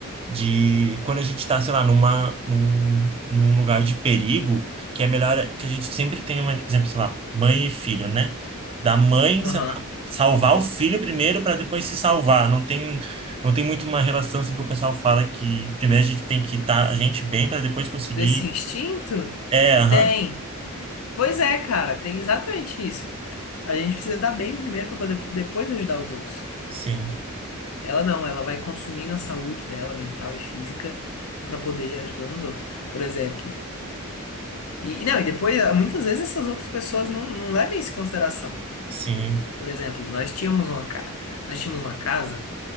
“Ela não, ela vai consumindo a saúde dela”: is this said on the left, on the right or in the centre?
Left